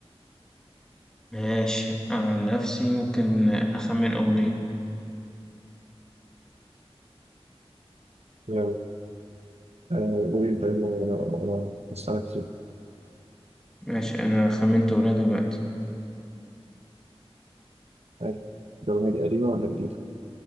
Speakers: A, in the centre; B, on the right.
A: ماشي أنا عن نفسي ممكن أخمن أغنية
B: يلا آه، قول أنت يلا وأنا وأنا هسألك فيه
A: ماشي أنا خمنت أغنية دلوقتي
B: آه، الأغنية دي قديمة ولا جديدة؟